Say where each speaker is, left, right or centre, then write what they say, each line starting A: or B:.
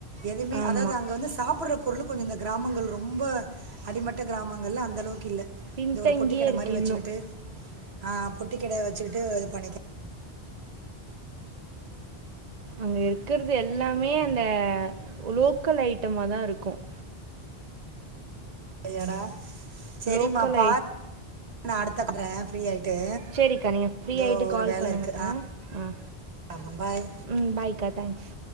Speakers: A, on the right; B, on the right.
A: எதுவுமே
B: ஆமா.
A: அதாது அங்க வந்து சாப்புடுற பொருள் கொஞ்ச இந்த கிராமங்கள் ரொம்ப அடிமட்ட கிராமங்கள் அந்தளவுக்கு இல்ல
B: பின்தங்கியே
A: இந்த ஒரு பொட்டி கட
B: இருக்கு
A: மாதக்ஷரி வச்சுக்கிட்டு
B: இன்னும்.
A: அ குட்டி கடையா வச்சுகிட்டு இது பண்ணிக்கேன்
B: அங்க இருக்கிறது எல்லாமே அந்த லோக்கல் ஐட்டமா தான் இருக்கும்
A: டயடா செரிம்மா
B: லோக்கல்
A: பா
B: ஐ
A: நான் அடுத்தடுறேன் ஃப்ரீயா ஆய் ட்டு
B: சரிக்கா நீங்கள் ஃப்ரீ
A: தோ
B: ஆயிட்டு
A: ஒரு
B: கால்
A: வேலை
B: பண்ணுங்க
A: இருக்கு ஆ
B: ஆ
A: ஆ பாய்
B: ம் பாய்க்கா தேங்க்ஸ்